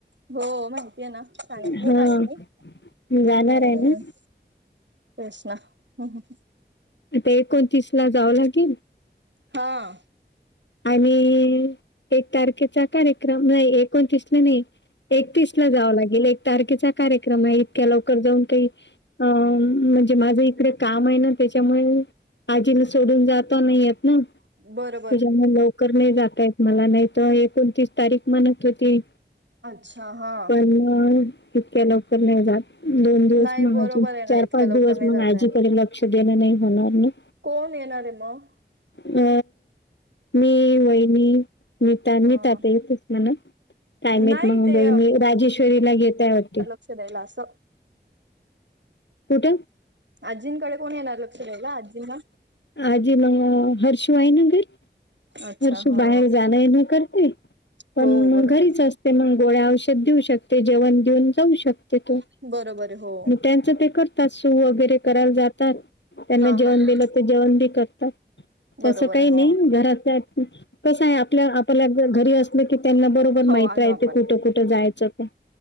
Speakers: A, on the right; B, on the left.
A: हो माहितीय ना. सांगितलं
B: हां,
A: होत आई नी.
B: जाणार
A: आत
B: आहे ना.
A: तेच ना हाहम.
B: आता एकोणतीस ला जावं लागेल.
A: हां.
B: आणि एक तारखेचा कार्यक्रम नाही. एकोणतीसला नाही. एकतीस ला जावं लागेल. एक तारखेचा कार्यक्रम आहे इतक्या लवकर जाऊन काही अ. म्हणजे माझं इकडे काम आहे ना त्याच्यामुळे आजीला सोडून जाता नाहीे येत ना.
A: बर.
B: तेवढ्या लवकर नाही जाता येत मला, नाही तेव्हा एकोणतीस तारीख म्हणत होते.
A: अच्छा हा
B: पण इतक्या लवकर नाही जात. दोन दिवस
A: नाही
B: म्हणालती.
A: बरोबर आहे ना
B: चार
A: इतक्या
B: पाच
A: लवकर
B: दिवस
A: नाही
B: मग
A: जाता
B: आजीकडे
A: येणार
B: लक्ष देणं नाही होणार नाही.
A: कोण येणार आहे मग?
B: अ. मी, वहिनी, नीता
A: हा
B: नीता ताई येतस म्हणा. काय माहित
A: नाही
B: मला
A: ते
B: वाहिनी राजेश्वरी ला घेतायत वाटते.
A: सगळं आस.
B: कुठ?
A: आजींकडे कोण येणार. लक्ष दयायला आजींना.
B: आजी मग हर्षु आहे ना घरी.
A: अच्छा
B: हर्षु
A: हा
B: बाहेर जाणं येन करते. पण
A: हो बरोबर
B: घरीच असते. ते मग गोळ्या औषध देऊ शकते. जेवण देऊन जाऊ शकते तो.
A: आहे बरोबर आहे हो
B: तेनच ते करतात सू वगैरे करायला जात. तर त्यांना
A: हा
B: जेवण
A: हा हा
B: दिलं ते जेवण बी करतात.
A: बरोबर
B: तस काही
A: आहे
B: नाही
A: हो
B: घरात. कसं आहे. आपल्या आपल्याला घरी असलं की त्यांना बरोबर
A: हो
B: माहितेय
A: आणू आपण
B: ते कुठ कुठ कुठं जायचं ते.